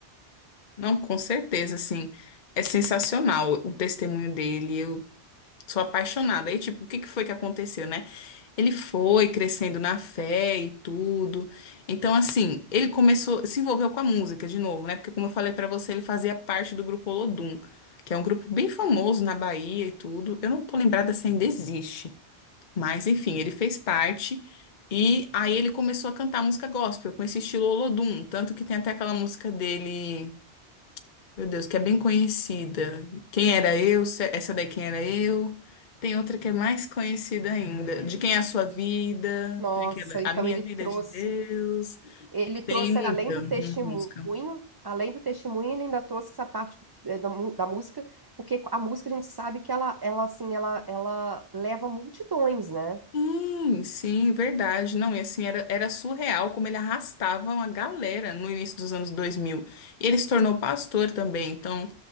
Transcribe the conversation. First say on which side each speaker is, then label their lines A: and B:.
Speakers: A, on the left; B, on the right.
A: Não, com certeza, assim, é sensacional o testemunho dele. Eu sou apaixonada. Aí, tipo, o que que foi que aconteceu, né? Ele foi crescendo na fé e tudo. Então, assim, ele começou, se envolveu com a música de novo, né? Porque, como eu falei pra você, ele fazia parte do grupo Olodum, que é um grupo bem famoso na Bahia e tudo. Eu não tô lembrada se ainda existe. Mas enfim, ele fez parte e aí ele começou a cantar música gospel com esse estilo Olodum, tanto que tem até aquela música dele, meu Deus, que é bem conhecida. Quem era eu? Se- Essa daí quem era eu? Tem outra que é mais conhecida ainda, De quem é a sua vida?
B: nossa,
A: Tem aquela
B: então
A: A minha
B: ele
A: vida
B: trouxe
A: é de Deus.
B: ele trouxe
A: Tem muita,
B: além do
A: muita
B: testemunho,
A: música.
B: além do testemunho, ele ainda trouxe essa parte é, da, mu- da música, porque a música a gente sabe que ela, ela assim, ela, ela leva multidões, né?
A: Sim, sim, verdade. Não, e assim, era, era surreal como ele arrastava uma galera no início dos anos 2000. E ele se tornou pastor também, então